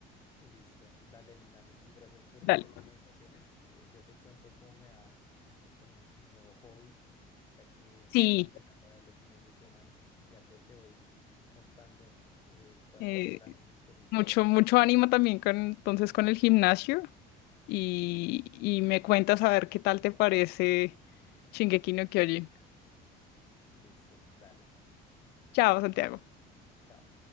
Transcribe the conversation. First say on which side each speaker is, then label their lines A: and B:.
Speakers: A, on the left (about 25°); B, on the left (about 70°).
A: Listo. Dale, Lina, muchas gracias por
B: Dale.
A: las recomendaciones. Eh, yo te cuento cómo me va con mi nuevo hobby, ya que
B: Sí,
A: voy a empezarlo a ver los fines de semana. Y si algo te voy contando eh, cuál,
B: eh,
A: cuál anime escogí.
B: mucho, mucho ánimo también con, entonces con el gimnasio y, y me cuentas a ver qué tal te parece Shingeki no Kyojin.
A: Listo, dale.
B: Chao, Santiago.
A: Chao.